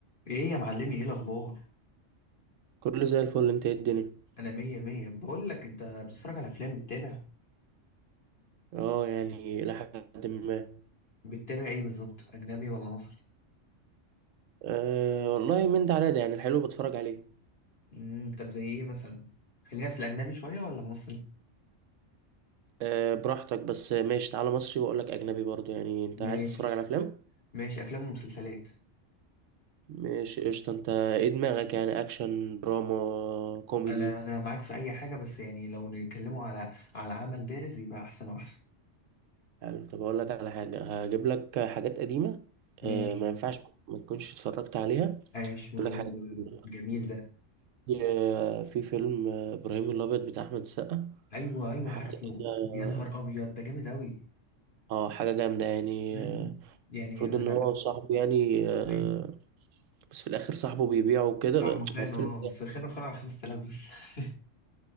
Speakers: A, on the left; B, on the right.
A: ايه يا معلمي ايه الاخبار
B: كله زي الفل انت ايه الدنيا
A: انا مية مية بقول لك انت بتتفرج على افلام بتتابع
B: اه يعني الى حد ما
A: بتتابع ايه بالظبط اجنبي ولا مصري
B: آه والله من ده على ده يعني الحلو بتفرج عليه
A: امم طب زي ايه مثلا خلينا في الاجنبي شوية ولا مصري
B: آه براحتك بس ماشي تعالى مصري واقول لك اجنبي برضو يعني انت
A: ماشي
B: عايز تتفرج على افلام
A: ماشي افلام ومسلسلات
B: ماشي قشطه انت ايه دماغك يعني اكشن دراما كوميدي
A: انا انا معاك في اي حاجة بس يعني لو نتكلموا على على عمل بارز يبقى احسن واحسن
B: حلو طب اقول لك على حاجه هجيب لك حاجات قديمه
A: ماشي
B: آه ما ينفعش ما تكونش اتفرجت عليها هجيب
A: عاش و-
B: لك حاجات
A: و-
B: قديمة.
A: جميل ده
B: آه في فيلم آه، ابراهيم الابيض بتاع احمد السقا
A: ايوه ايوه
B: حاجه
A: عارفه يا
B: اه
A: نهار ابيض ده جامد اوي
B: آه، حاجه جامده يعني
A: امم
B: آه،
A: يعني
B: المفروض ان
A: انا
B: هو صاحبه يعني آه،
A: ايوه
B: بس في الاخر صاحبه بيبيعه وكده
A: صاحبه خانه
B: هو فيلم
A: اه بس خانه خانه على 5000 بس <laughs>